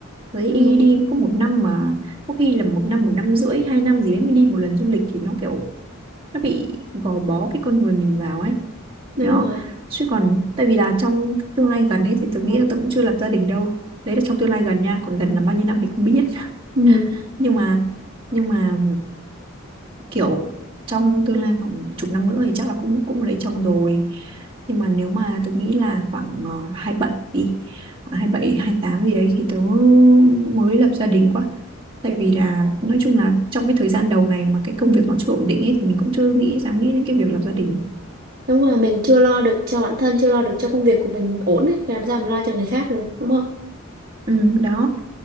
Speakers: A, on the right; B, on the right.
A: thấy
B: ừ,
A: đi đi có một năm mà có khi là một năm một năm rưỡi hai năm gì đấy mới đi một lần du lịch thì nó kiểu nó bị gò bó cái con người mình vào ấy
B: đúng
A: đó
B: rồi
A: chứ còn tại vì là trong tương lai gần ấy thì tôi nghĩ là tôi cũng chưa lập gia đình đâu đấy là trong tương lai gần nha còn gần là bao nhiêu năm thì không biết <laughs>
B: ừ,
A: nhưng mà nhưng mà kiểu trong tương lai khoảng chục năm nữa thì chắc là cũng cũng lấy chồng rồi nhưng mà nếu mà tôi nghĩ là khoảng ờ, 27 đi khoảng hai bảy hai tám gì đấy thì tớ mới lập gia đình quá tại vì là nói chung là trong cái thời gian đầu này mà cái công việc nó chưa ổn định ấy thì mình cũng chưa nghĩ dám nghĩ đến cái việc lập gia đình
B: đúng rồi mình chưa lo được cho bản thân chưa lo được cho công việc của mình ổn ấy, thì làm sao mình lo cho người khác được đúng không
A: Ừ, đó